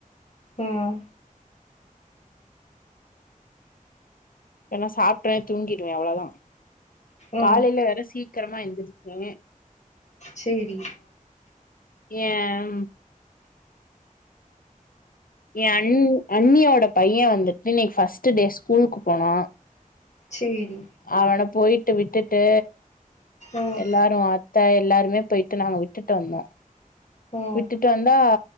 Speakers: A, on the left; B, on the left.
A: ம்
B: ஏன்னா சாப்ட்டனா தூங்கிருவே அவ்ளோதா
A: ம்
B: காலைல வேற சீக்கிரமா எந்திருச்சே
A: சேரி
B: ஏம் ஏன் அண் அண்ணியோட பைய வந்துட்டு இன்னிக்கு ஃபர்ஸ்ட் டே ஸ்கூலுக்கு போனா
A: சேரி
B: அவன போயிட்டு விட்டுட்டு
A: ம்
B: எல்லாரு அத் த எல்லாருமே போயிட்டு நாங்க விட்டுட்டு வந்தோ
A: ம்
B: விட்டுட்டு வந்தா